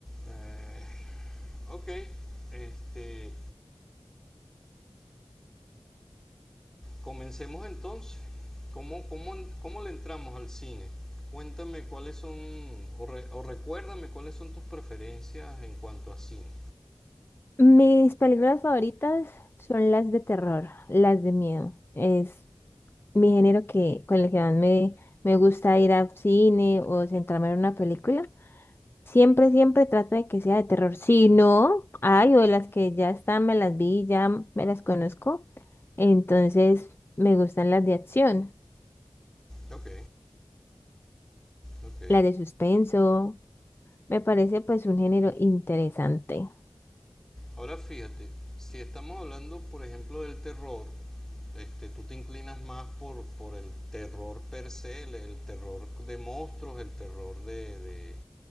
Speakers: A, in the centre; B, on the left.
A: Eh, ok, este, comencemos entonces. ¿Cómo, cómo, cómo le entramos al cine? Cuéntame cuáles son, o, re- o recuérdame cuáles son tus preferencias en cuanto a cine.
B: Mis películas favoritas son las de terror, las de miedo. Es mi género que, con el que más me, me gusta ir al cine o centrarme en una película. Siempre, siempre trato de que sea de terror. Si no, hay o las que ya están, me las vi, ya me las conozco. Entonces, me gustan las de acción,
A: Ok, ok.
B: las de suspenso. Me parece pues un género interesante.
A: Ahora fíjate, si estamos hablando, por ejemplo, del terror, este, tú te inclinas más por, por el terror per se, el, el terror de monstruos, el terror de, de,